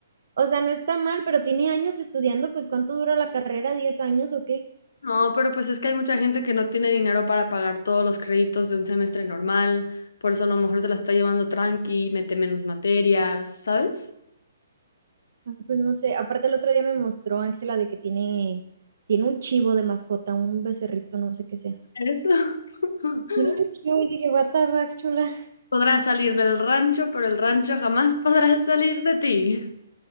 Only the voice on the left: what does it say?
No, pero pues es que hay mucha gente que no tiene dinero para pagar todos los créditos de un semestre normal. Por eso a lo mejor se la está llevando tranqui, mete menos materias, ¿sabes?
Eso. <laughs>
Podrás salir del rancho, pero el rancho jamás <laughs> podrá salir de ti.